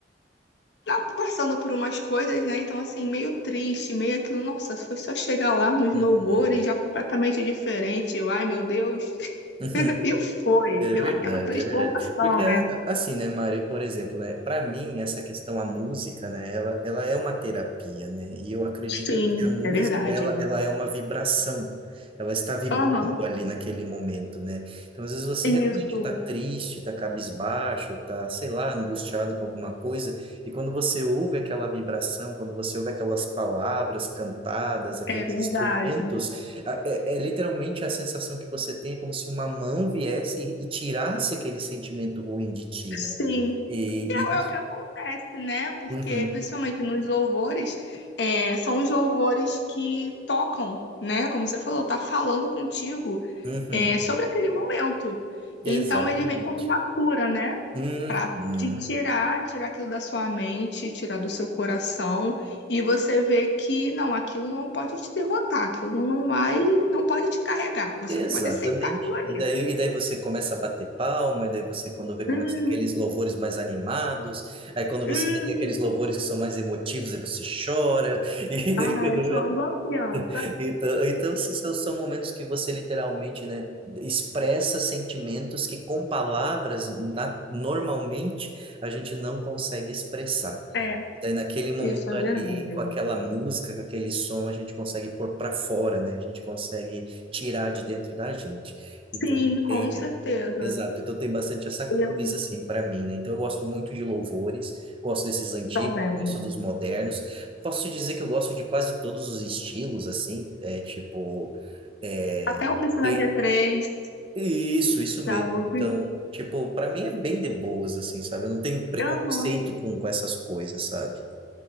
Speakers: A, on the left (about 75°); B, on the right (about 30°).
A: lá Passando por umas coisas, né? Então, assim, meio triste, meio aquilo. Nossa, foi só chegar lá nos
B: Uhum.
A: louvores, já completamente diferente. Eu, ai, meu Deus.
B: Uhum.
A: <laughs> E foi.
B: É
A: Deu
B: verdade,
A: aquela transformação,
B: é verdade. Porque, a-
A: né?
B: assim, né, Mari, por exemplo, né, para mim, essa questão, a música, né, ela, ela é uma terapia, né, e eu acredito
A: Sim,
B: que a música,
A: é verdade.
B: ela, ela é uma vibração, ela está vibrando
A: Aham,
B: ali naquele momento, né, então às vezes você
A: isso.
B: realmente está triste, está cabisbaixo, está, sei lá, angustiado com alguma coisa, e quando você ouve aquela vibração, quando você ouve aquelas palavras cantadas, aqueles
A: É verdade.
B: instrumentos, é, é literalmente a sensação que você tem, é como se uma mão viesse e, e tirasse aquele sentimento ruim de ti,
A: Sim.
B: né? E,
A: E É,
B: e-
A: é o que acontece, né? Porque,
B: Uhum,
A: principalmente nos louvores, é, são os louvores que tocam, né? Como você falou, tá falando contigo,
B: uhum,
A: é, sobre aquele momento. Então,
B: exatamente.
A: ele vem como uma cura, né?
B: Uhum.
A: Pra te tirar, tirar aquilo da sua mente, tirar do seu coração. E você vê que, não, aquilo não pode te derrotar, aquilo não vai, não pode te carregar. Você
B: Exatamente.
A: não pode aceitar aquilo ali.
B: E daí, e daí você começa a bater palma, e daí você, quando vê, começa
A: Hum,
B: aqueles louvores mais animados, aí quando
A: hum.
B: você vê, tem aqueles louvores que são mais emotivos, aí você chora, <laughs> e daí,
A: Ah,
B: quando...
A: eu choro igual criança.
B: <laughs> então, então, então, assim, são, são momentos que você literalmente, né, expressa sentimentos que com palavras, na- normalmente, a gente não consegue expressar.
A: É.
B: Daí naquele momento
A: Isso é
B: ali,
A: verdade.
B: com aquela música, com aquele som, a gente consegue pôr para fora, né? A gente consegue tirar de dentro da gente. Então,
A: Sim, com
B: tem,
A: certeza.
B: exato. Então, tem bastante essa coisa,
A: Eu
B: assim, para mim, né? Então, eu gosto muito de louvores, gosto desses antigos,
A: também.
B: gosto dos modernos. Posso te dizer que eu gosto de quase todos os estilos, assim, é tipo. É,
A: Até a Oficina
B: tem-
A: g três
B: isso, isso mesmo.
A: já ouviu?
B: Então, tipo, para mim é bem de boas, assim, sabe? Eu não tenho preconceito
A: Aham.
B: com, com essas coisas, sabe?